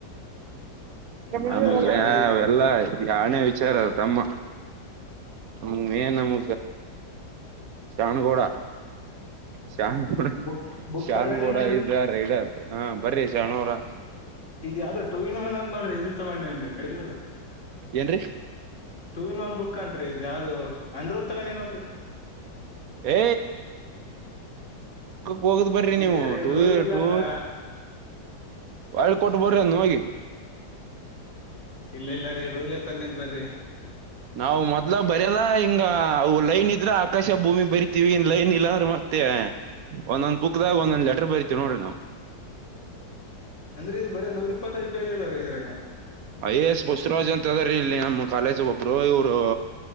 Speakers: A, on the left; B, on the right.
A: ಮಾತಾಡ್ಬ್ಯಾಡ್ರಿ
B: ನಮಗೆ
A: ಸರ್
B: ಅವೆಲ್ಲ ಏನೇ ವಿಚಾರ ತಮ್ಮ ನಮಗೆ ಮೇನ್ ಏನ್ ಶಾನೂಗೌಡಾ ಶಾನಗೌಡ
A: ಬುಕ್ ಬುಕ್
B: ಶಾನಗೌಡ
A: ತಗೊಂಡಿ ನೋಡ್ರಿ
B: ಇಜ್ ರೈಡರ್ ಹಾ ಬರಿ ಶಾನು ಅವರ
A: ಇದ ಯಾವ್ದೋ ಟೂ ಇನ್ ಒನ್ ಅಂತ ನೋಡ್ರಿ ಇದು ತಗೊಂಡ ಏನ್ ನೇಡಿತದೆರ
B: ಏನ್ರೀ
A: ಟೂ ಇನ್ ಒನ್ ಬುಕ್ ಅಂತ್ರಿ ಇದ ಯಾವದೊ ಆನರೋಲ್ ತಗೊಂಡಿ ನೋಡ್ರಿ.
B: ಏ ಹೋಗದ್ ಬರ್ರಿ
A: ನಿಜ
B: ನೀವು
A: ರೀ
B: ಟುಯು
A: ರೂಲ್ ಇಲ್ಲ
B: ಟು
A: ಅಂತ
B: ಒಳ್ಳಿ ಕೊಟ್ಟ ಬರ್ರಿ ಅದನ ಹೋಗಿ.
A: ಇಲ್ಲ ಇಲ್ಲರಿ ರೂಲ್ ಹೇ ತಂದಿನಿ ಬರಿ
B: ನಾವ ಮೊದ್ಲ ಬರಿದು ಹಿಂಗ ಲೈನ್ ಇದ್ರೆ ಆಕಾಶ ಭೂಮಿ ಬರಿತೀವಿ ಲೈನ್ ಇಲ್ಲಾಂದ್ರ ಮತ್ ಮತ್ತೆ ಒಂದೊಂದ್ ಬುಕ್ದಾಗ ಒಂದೊಂದ್ ಲೆಟರ್ ಬರಿತೀವಿ ನೋಡ್ರಿ ನಾವು.
A: <inaudible> ಅಂದ್ರೆ ಇದ ಬರೀ ನೂರ್ ಇಪ್ಪತ್ತೈದು ಪೇಜ ಅದಾವರಿ ಇದ್ರಾಗ.
B: ಐ ಎ ಎಸ್ ಬಸವರಾಜ್ ಅಂತ ಅದಾರಿ ಇಲ್ಲೆ ನಮ್ಮ ಕಾಲೇಜ್ ಒಬ್ರು ಇವ್ರು,